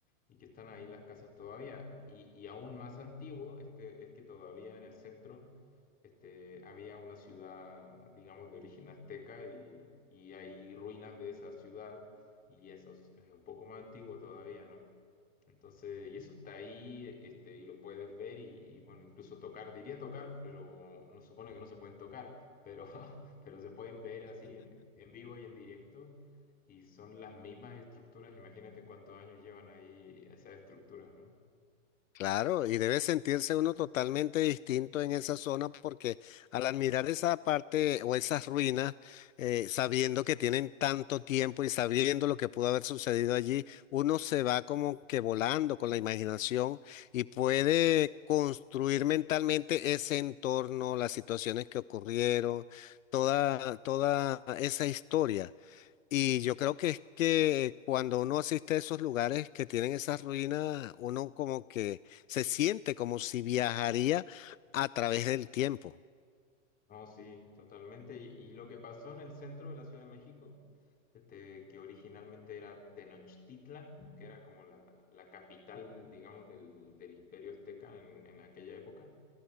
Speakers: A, on the left; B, on the left.
A: y que están ahí las casas todavía. Y, y aún más antiguo este, es que todavía en el centro este, había una ciudad, digamos, de origen azteca y, y hay ruinas de esa ciudad y eso es es un poco más antiguo todavía, ¿no? Entonces, y eso está ahí, este, y lo puedes ver y, y, bueno, incluso tocar, diría tocar, pero no supone que no se pueden tocar, pero, <laughs> pero se pueden ver así en, en vivo y en directo, y son las mismas estructuras, imagínate cuántos años llevan ahí esas estructuras, ¿no?
B: Claro, y debe sentirse uno totalmente distinto en esa zona porque al admirar esa parte o esas ruinas, eh, sabiendo que tienen tanto tiempo y sabiendo lo que pudo haber sucedido allí, uno se va como que volando con la imaginación y puede construir mentalmente ese entorno, las situaciones que ocurrieron, toda, toda esa historia. Y yo creo que es que cuando uno asiste a esos lugares que tienen esas ruinas, uno como que se siente como si viajaría a través del tiempo.
A: No, sí, totalmente. Y, y lo que pasó en el centro de la Ciudad de México, este, que originalmente era Tenochtitlan, que era como la, la capital, digamos, del, del Imperio Azteca en en aquella época